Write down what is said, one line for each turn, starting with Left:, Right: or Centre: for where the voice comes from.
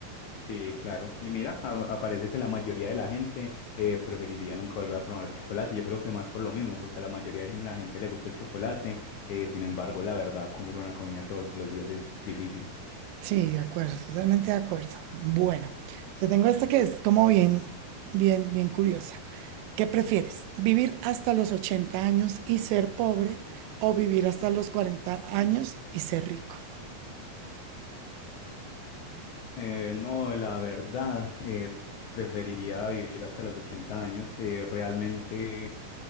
Left: Sí, claro. Y mira, a- aparece que la mayoría de la gente eh, preferiría nunca volver a probar chocolate. Yo creo que más por lo mismo, porque a la mayoría de la gente le gusta el chocolate. Eh, sin embargo, la verdad, comer una comida todos los días es difícil.
Right: Sí, de acuerdo, totalmente de acuerdo. Bueno, te tengo esta que es como bien, bien, bien curiosa. ¿Qué prefieres? ¿Vivir hasta los 80 años y ser pobre o vivir hasta los 40 años y ser rico?
Left: Eh, no, la verdad, eh, preferiría vivir hasta los 80 años. Eh, realmente,